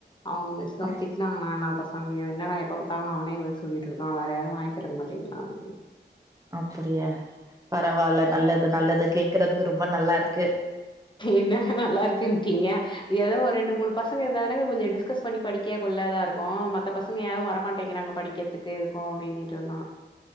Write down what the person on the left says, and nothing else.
அவுங்க மிஸ் தா
திட்னாங்களா எல்லா பசங்களையு என்னடா எப்ப பாத்தாலு அவனே பதில் சொல்லிட்டுருக்கா வேற யாரு வாய திறக்க மாட்டிங்ளா அப்
என்னங்க நல்லா இருக்குன்டீங்க எதோ ஒரு ரெண்டு மூணு பசங்க இருந்தானங்க கொஞ்ச டிஸ்கஸ் பண்ணி படிக்க கொல்ல இதா இருக்கு மத்த பசங்க யாரு வரமாட்டேங்கிறாங்க படிக்கிறதுக்கு எதுக்கு அப்டினீட்டு இருந்தா